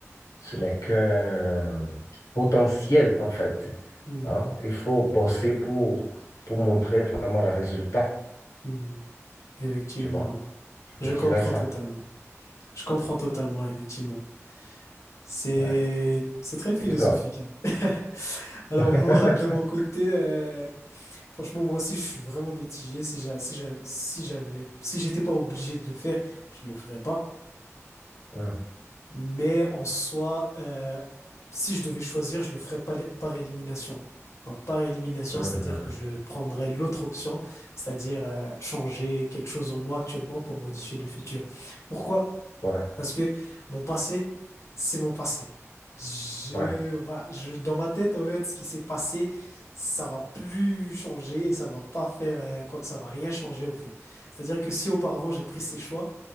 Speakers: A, on the left (about 85°); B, on the left (about 65°).
A: Ce n'est qu'un potentiel, en fait.
B: Mhm.
A: hein. Il faut bosser pour, pour montrer vraiment les résultats,
B: Mhm. Effectivement,
A: tu vois.
B: ouais.
A: Je
B: Je
A: me dirais
B: comprends
A: ça.
B: totalement. Je comprends totalement, effectivement. C'est
A: Ouais.
B: c'est très philosophique.
A: Et toi?
B: hein. <laughs> Alors
A: <laughs>
B: moi, de mon côté, euh, franchement, moi aussi, je suis vraiment mitigé. Si j'a- si j'a- si j'avais, si j'étais pas obligé de le faire, je le ferais pas.
A: Hum,
B: Mais en soi, euh, si je devais choisir, je le ferais pas par élimination. Donc par élimination,
A: mhm.
B: c'est-à-dire que je prendrais l'autre option, c'est-à-dire euh, changer quelque chose en moi actuellement pour modifier le futur. Pourquoi?
A: Ouais,
B: Parce que mon passé, c'est mon passé. Je,
A: ouais,
B: voilà, je, dans ma tête, en fait, ce qui s'est passé, ça va plus changer et ça va pas faire, euh, quoi- ça va rien changer, au fait. C'est-à-dire que si auparavant j'ai pris ces choix,